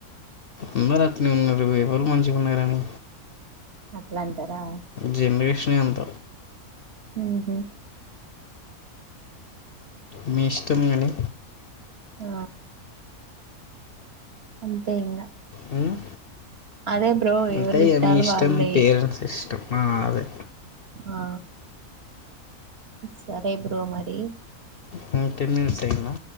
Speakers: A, on the left; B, on the right.
A: అందరు అట్నే ఉన్నారు ఇప్పుడు ఎవరూ మంచిగా ఉన్నారని
B: అట్లంటార
A: జిన్ రేషనే అంత
B: ఊహు
A: మీ ఇష్టం గని
B: ఆ అంతే ఇంగా
A: మ్మ్.
B: అదే బ్రో
A: అంతే
B: ఎవరి
A: ఇగ
B: ఇష్టాలు
A: మీ ఇష్టం
B: వాళ్ళయి
A: మీ పేరెంట్స్ ఇష్టం ఆ అదే
B: ఆ సరే బ్రో మరి
A: మీ టెన్ మినిట్స్ అయిందా